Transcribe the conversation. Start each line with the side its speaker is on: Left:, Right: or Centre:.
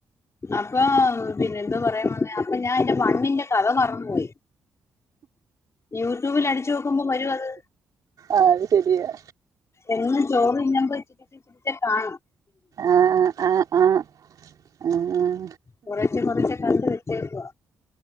Left: അപ്പൊ പിന്നെ എന്താ പറയാൻ വന്നെ അപ്പൊ ഞാൻ എന്റെ വണ്ണിന്റെ കഥ മറന്നു ന്നുപോയി യൂട്യൂബിൽ അടിച്ചു നോക്കുമ്പോ വരും അത്
Right: അത് ശരിയാ
Left: ഇന്ന്ചോറ് തിന്നുമ്പോ ഇത്തിരിച്ച ഇത്തിരിച്ച കാണും
Right: ആ ഹ്ആഹ് ആഹ് ആഹ് ആഹ്
Left: കുറേച്ചെ കുറേച്ചെ കണ്ട്‌ വെച്ചേക്കുവ